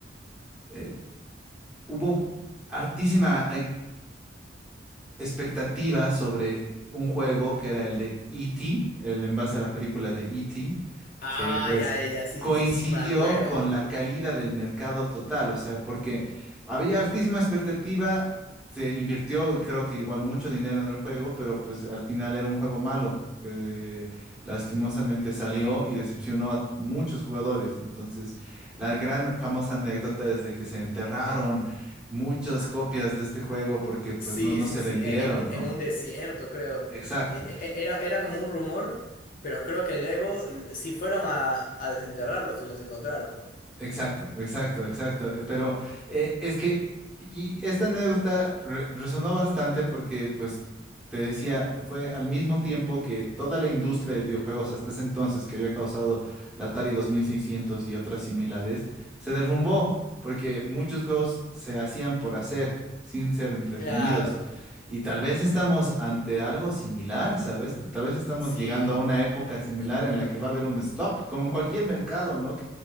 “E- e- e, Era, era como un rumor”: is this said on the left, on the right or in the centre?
Left